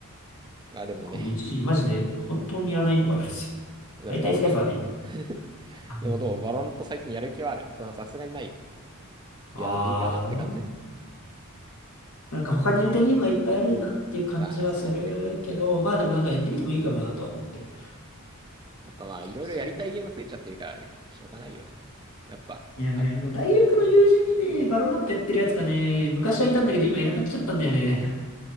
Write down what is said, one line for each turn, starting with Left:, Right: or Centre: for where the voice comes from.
Right: まあ、でもね、
Left: 僕もう一時期マジで本当にいらないとか言うんですよ。
Right: でも、
Left: 大体サイファーでいい。
Right: バロラン、<laughs>
Left: <laughs>
Right: でもどうバロランと最近やる気はあるささすがにないやらんでいいかなって感じ
Left: ああ、どうなんか他にやりたいゲームがいっぱいあるなっていう感じはするけど、
Right: まあ、そうね。
Left: まあでもなんかやってみてもいいかもなとは思ってる。
Right: やっぱまあ、いろいろやりたいゲーム増えちゃってるからね。
Left: そう。
Right: しょうがないよね。やっぱ、
Left: いや、なんかね、
Right: あ、
Left: そう大学の友人にね、バロラントやってるやつがね、昔はいたんだけど今いなくなっちゃったんだよね。